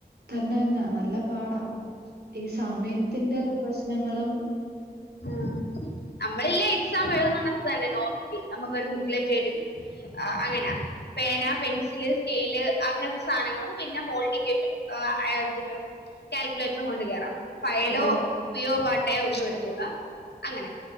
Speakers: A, on the right; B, on the left.
A: തന്നെ തന്നാ നല്ല പാടാ ഈ സമയത്തിന്റെ പ്രശ്നങ്ങളും
B: ആഹ് നമ്മളില്ലേ എക്സാം എഴുന്നണക്ക് തന്നെ നോ നമുക്കൊരു ബുക്ക്ലെറ്റെരും അ അങ്ങനെ പേന പെൻസില് സ്കെയില് അങ്ങനത്തെ സാധനങ്ങളും പിന്നെ ഹോൾ ടിക്കറ്റും ആ <unintelligible> കാൽക്കുലേറ്ററും കൊണ്ട് കേയറാം ഫയലോ
A: ഓ
B: സയോ പാട്ടയോ ഒന്നും എടുത്തുകൂടാം അങ്ങനെ